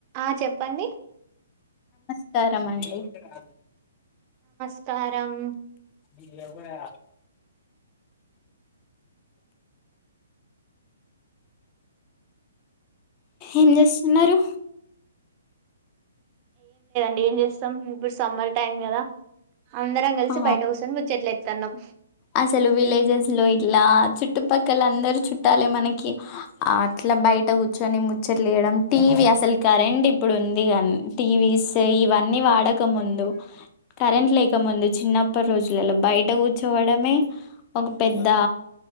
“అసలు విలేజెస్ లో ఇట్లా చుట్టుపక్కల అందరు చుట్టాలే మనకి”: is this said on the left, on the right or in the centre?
Left